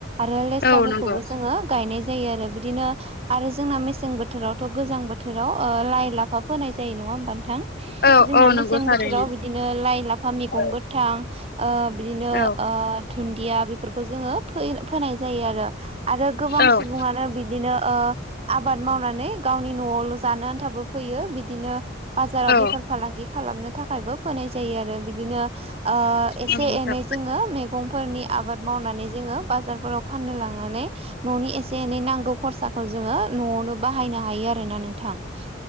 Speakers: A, on the right; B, on the left.
A: आरो लेस्राबो
B: औ नंगौ
A: जोङो गायनाय जायो आरो बिदिनो आरो जोंना मेसें बोथोरावथ' गोजां बोथोराव ओ लाइ लाफा फोनाय जायो नङा नङा होनबा नोंथां जोंना
B: औ औ
A: मेसें
B: नंगौ थारैनो
A: बोथोराव बिदिनो लाइ लाफा मैगं
B: औ
A: गोथां ओ बिदिनो
B: औ
A: ओ दुन्दिया बेफोरखौ जोङो फो फोनाय जायो आरो आरो गोबां
B: औ
A: सुबुङानो बिदिनो ओ आबाद मावनानै गावनि न'आवल' जानो आन्थाबो फैयो बिदिनो बाजाराव
B: औ
A: बेफार फालांगि खालामनो थाखायबो फोनाय जायो आरो बिदिनो ओ एसे
B: नंगौ नोंथां
A: एनै जोङो मैगंफोरनि आबाद मावनानै जोङो बाजारफोराव फाननो लांनानै न'नि एसे एनै नांगौ खरसा जोङो न'आवनो बाहायनो हायो आरोना नोंथां